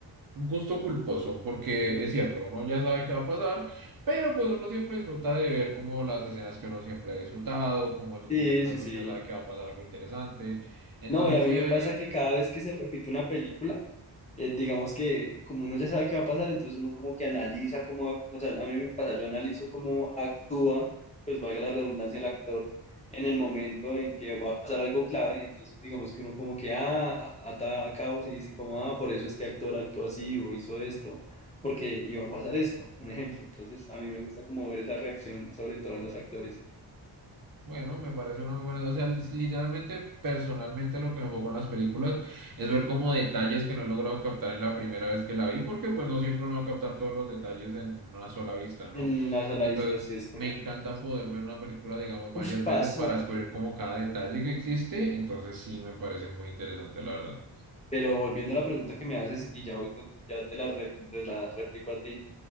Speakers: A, on the right; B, on the left.
A: gusto culposo, porque es cierto, uno ya sabe qué va a pasar, pero pues uno siempre disfruta de ver como las escenas que uno siempre ha disfrutado, como esos
B: Sí,
A: momentos
B: sí,
A: en
B: sí.
A: los que uno sabe que va a pasar algo interesante. Entonces
B: No, y a mí
A: sí,
B: me
A: hay,
B: pasa que cada vez que se repite una película, eh, digamos que como uno ya sabe qué va a pasar, entonces uno como que analiza cómo, ac- o sea, a mí me pasa, yo analizo cómo actúa, pues valga la redundancia, el actor en el momento en que va a pasar algo clave, entonces digamos que uno como que, ah, ata a ata cabos y dice como, ah, por eso este actor actuó así o hizo esto, porque iba a pasar esto, un ejemplo, entonces a mí me gusta como ver esa reacción, sobre todo en los actores,
A: Bueno, me parece una muy buena. O sea, li- literalmente, personalmente, lo que me enfocó en las películas es ver como detalles que no he logrado captar en la primera vez que la vi, porque pues no siempre uno va a captar todos los detalles en una sola vista, ¿no?
B: en la sola
A: Entonces,
B: vista, sí es correcto.
A: me encanta poder ver una película, digamos, varias
B: Ush, pasó.
A: veces para descubrir como cada detalle que existe. Entonces, sí, me parece muy interesante, la verdad.
B: Pero volviendo a la pregunta que me haces, y ya, voy con- ya te la, re- te la replico a ti,